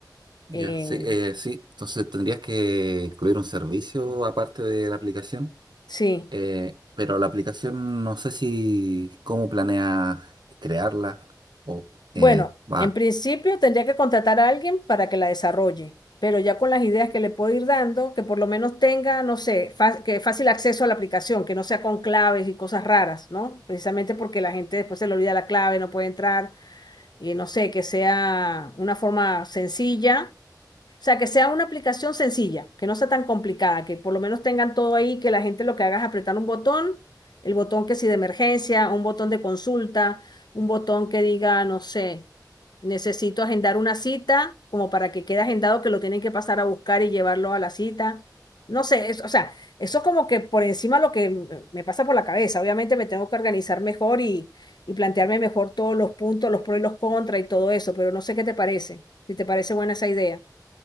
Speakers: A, on the right; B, on the left.
A: Ya,
B: Eh,
A: sí, eh, sí. Entonces tendrías que incluir un servicio aparte de la aplicación,
B: sí,
A: eh, pero la aplicación no sé si cómo planeas crearla o
B: bueno,
A: eh, va.
B: en principio tendría que contratar a alguien para que la desarrolle, pero ya con las ideas que le puedo ir dando, que por lo menos tenga, no sé, fa- que fácil acceso a la aplicación, que no sea con claves y cosas raras, ¿no? Precisamente porque la gente después se le olvida la clave, no puede entrar, y no sé, que sea una forma sencilla O sea, que sea una aplicación sencilla, que no sea tan complicada, que por lo menos tengan todo ahí, que la gente lo que haga es apretar un botón, el botón que si de emergencia, un botón de consulta, un botón que diga, no sé, necesito agendar una cita, como para que quede agendado que lo tienen que pasar a buscar y llevarlo a la cita. No sé, es- o sea, eso es como que por encima lo que m- me pasa por la cabeza. Obviamente me tengo que organizar mejor y, y plantearme mejor todos los puntos, los pros y los contras y todo eso, pero no sé qué te parece, si te parece buena esa idea.